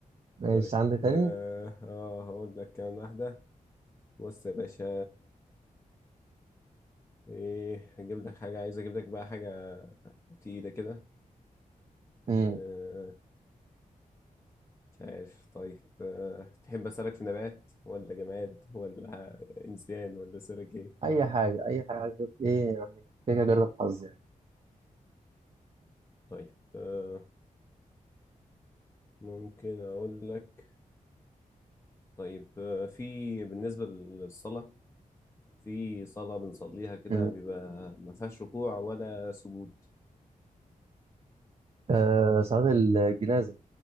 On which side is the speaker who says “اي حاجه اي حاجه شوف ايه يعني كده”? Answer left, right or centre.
Right